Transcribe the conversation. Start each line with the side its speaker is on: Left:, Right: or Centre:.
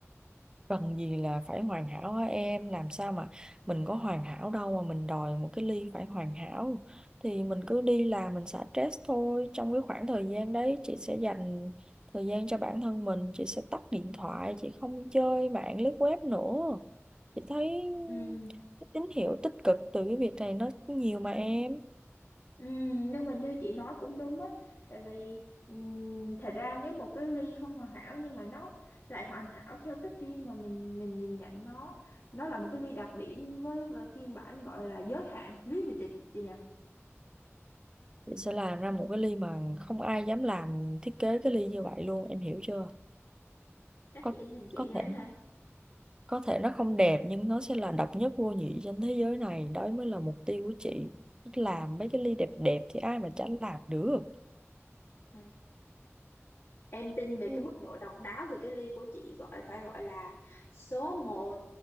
Right: cần gì là phải hoàn hảo hả em làm sao mà mình có hoàn hảo đâu mà mình đòi một cái ly phải hoàn hảo thì mình cứ đi làm mình xả stress thôi trong cái khoảng thời gian đấy chị sẽ dành thời gian cho bản thân mình chị sẽ tắt điện thoại chị không chơi mạng lướt web nữa chị thấy
Left: ừ
Right: cái tín hiệu tích cực từ cái việc này nó nhiều mà em
Left: Ừ, nhưng mà như chị nói cũng đúng á tại vì ừm, thật ra nếu một cái ly không hoàn hảo nhưng mà nó lại hoàn hảo theo cách riêng mà mình mình nhìn nhận nó nó là một cái ly đặc biệt với và phiên bản gọi là giới hạn limited chị nhỉ
Right: chị sẽ làm ra một cái ly mà không ai dám làm thiết kế cái ly như vậy luôn em hiểu chưa
Left: chắc
Right: có
Left: chị in thành chị
Right: có
Left: này
Right: thể
Left: ha
Right: có thể nó không đẹp nhưng nó sẽ là độc nhất vô nhị trên thế giới này đó mới là mục tiêu của chị làm mấy cái ly đẹp đẹp thì ai mà chả làm được
Left: Ừ. em tin về
Right: Ừ.
Left: cái mức độ độc đáo thì cái ly của chị gọi phải gọi là số một